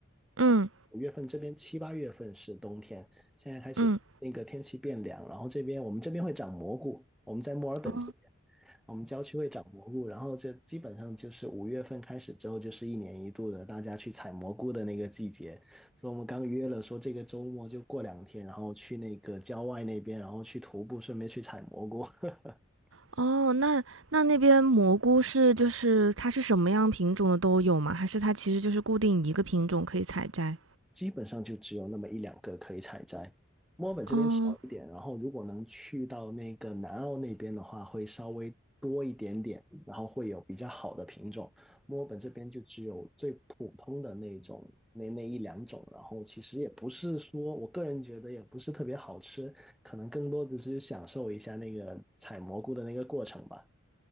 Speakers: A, on the right; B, in the centre.
A: 嗯
B: 五月份这边七八月份是冬天，现在开始那个天气变凉，
A: 嗯，
B: 然后这边我们这边会长蘑菇，我们在墨尔本这边。
A: 哦
B: 我们郊区会长蘑菇，然后这基本上就是五月份开始之后，就是一年一度的大家去采蘑菇的那个季节。所以我们刚约了说这个周末就过两天，然后去那个郊外那边，然后去徒步，顺便去采蘑菇。<laughs>
A: 哦，那那那边蘑菇是就是它是什么样品种的都有吗？还是它其实就是固定一个品种可以采摘？
B: 基本上就只有那么一两个可以采摘。墨尔本这边少一点，
A: 哦
B: 然后如果能去到那个南澳那边的话，会稍微多一点点，然后会有比较好的品种。墨尔本这边就只有最普通的那种，那那一两种，然后其实也不是说，我个人觉得也不是特别好吃，可能更多的只是享受一下那个采蘑菇的那个过程吧。